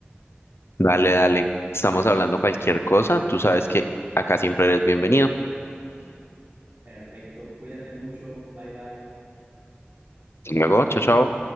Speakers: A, on the left; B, on the right.
A: Dale, dale, estamos hablando cualquier cosa, tú sabes que acá siempre eres bienvenido.
B: Perfecto, cuídate mucho, bye bye.
A: Hasta Luego, chao, chao.